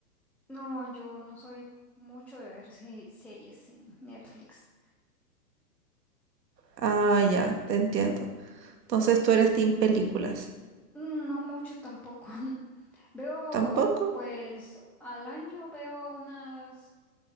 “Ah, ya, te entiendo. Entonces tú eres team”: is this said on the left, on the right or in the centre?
Right